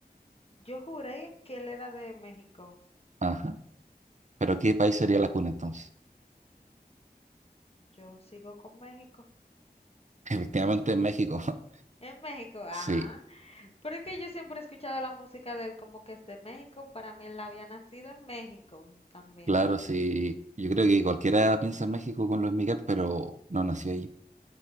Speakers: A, on the left; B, on the right.
A: Yo juré que él era de México.
B: Ajá. Pero ¿qué país sería la cuna entonces?
A: Yo sigo con México.
B: <laughs> Efectivamente en México. <laughs>
A: En México, ah.
B: Sí,
A: Pero es que yo siempre he escuchado la música de él como que es de México. Para mí él había nacido en México también.
B: claro, sí. Yo creo que cualquiera piensa en México con Luis Miguel, pero no nació ahí.